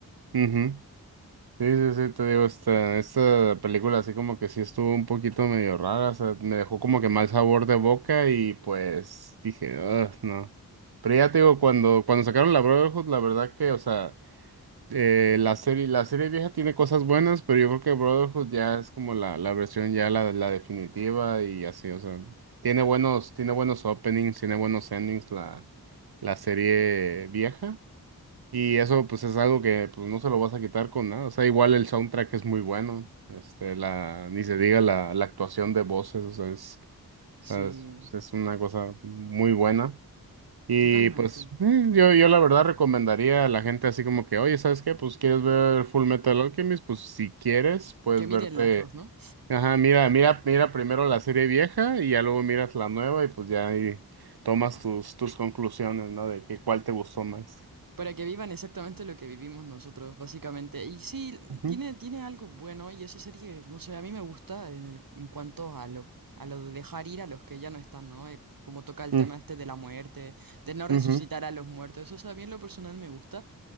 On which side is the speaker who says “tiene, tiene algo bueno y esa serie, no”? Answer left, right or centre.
Right